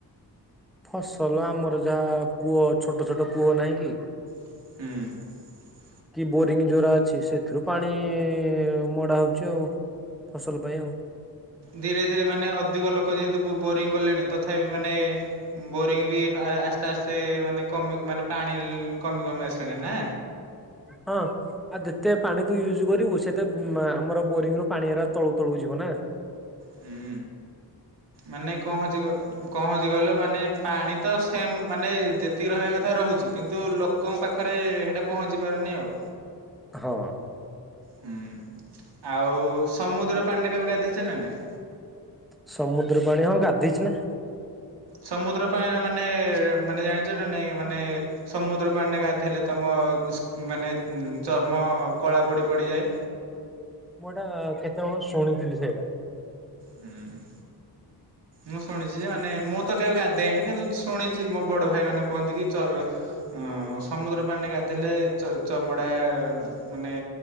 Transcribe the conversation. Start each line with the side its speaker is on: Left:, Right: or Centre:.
Centre: ଫସଲ ଆମର ଯାହା କୂଅ ଛୋଟ ଛୋଟ କୂଅ ନାହିଁ କି?
Right: ହୁଁ।
Centre: କି ବୋରିଂ ଯୋରା ଅଛି ସେଥିରୁ ପାଣି ଇଁ ମଡ଼ା ହଉଛି ଆଉ। ଫସଲ ପାଇଁ ଆଉ।
Right: ଧୀରେ ଧୀରେ ମାନେ ଅଧିକ ଲୋକ ଯେହେତୁ ବୋର ବୋରିଂ କଲେଣି ତଥାପି ମାନେ ବୋରିଂ ବି ନା ଆସ୍ତେ ଆସ୍ତେ ମାନେ କମି ମାନେ ପାଣି କମି କମି ଆସିଲାଣି ନା।
Centre: ହଁ। ଆଉ ଯେତେ ପାଣି ତୁ ୟୁଜ୍ କରିବୁ ସେତେ ମା ଆମର ବୋରିଙ୍ଗ ରୁ ପାଣିରା ତଳୁକୁ ତଳୁକୁ ଯିବ ନା।
Right: ହୁଁ ମାନେ କଣ ହଉଛି କ କ ହଉଛି କହିଲ ମାନେ ପାଣି ତ ସେମ୍ ମାନେ ଯେତିକି ରହିବା କଥା ରହୁଛି କିନ୍ତୁ ଲୋକଙ୍କ ପାଖରେ ଏ ହେଟା ପହଞ୍ଚି ପାରୁନି ଆଉ।
Centre: ହଁ।
Right: ହୁଁ ଆଉ ସମୁଦ୍ର ପାଣିରେ କେବେ ଗାଧେଇଛ ନା ନାଇ?
Centre: ସମୁଦ୍ର ପାଣି ହଁ ଗାଧେଇଛି ନା।
Right: ସମୁଦ୍ର ପାଣିରେ ମାନେ ମାନେ ଜାଣିଛ ନା ନାଇଁ ମାନେ ସମୁଦ୍ର ପାଣିରେ ଗାଧେଇଲେ ତମ ହଁ ସ୍କିନ୍ ମାନେ ଉଁ ଚର୍ମ କଳା ପଡ଼ିପଡ଼ି ଯାଏ।
Centre: ମୁଁ ଏଇଟା କେତେବେଳୁ ଶୁଣିଥିଲି ସେଇଟା।
Right: ହୁଁ। ମୁଁ ଶୁଣିଛି ଯେ ମାନେ ମୁଁ ତ କେବେ ଗାଧେଇନି କିନ୍ତୁ ଶୁଣିଛି ମୋ ବଡ଼ଭାଇ ମାନେ କୁହନ୍ତି କି ଚଅ ହଁ ସମୁଦ୍ର ପାଣିରେ ଗାଧେଇଲେ ଚ ଚମଡ଼ା ମାନେ